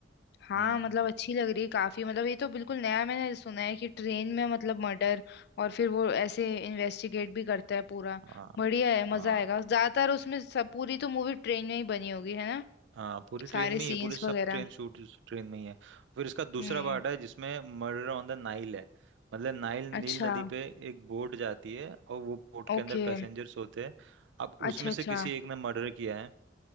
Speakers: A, on the left; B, on the right.
A: हाँ
B: हम्म
A: मतलब अच्छी लग रही है काफी मतलब ये तो बिल्कुल नया मैंने सुना है कि ट्रेन में मतलब मर्डर और फिर वो ऐसे इन्वेस्टिगेट भी करता है पूरा
B: हाँ
A: बढ़िया है मजा
B: हाँ
A: आएगा ज्यादातर उसमें सब पूरी तो मूवी ट्रेन में ही बनी होगी है ना
B: हाँ पूरी ट्रेन
A: सारे
B: में ही
A: सीन्स
B: है पूरी सब
A: वगैरह
B: ट्रेन शूट ट्रेन में ही है फिर इसका दूसरा
A: हम्म
B: पार्ट है जिसमें मर्डर ऑन द नाइल है मतलब नाइल
A: अच्छा
B: नील नदी पे एक बोट जाती है और वो बोट के
A: ओके
B: अंदर पैसेंजर्स होते हैं अब
A: अच्छा
B: उसमें
A: अच्छा
B: से किसी एक ने मर्डर किया है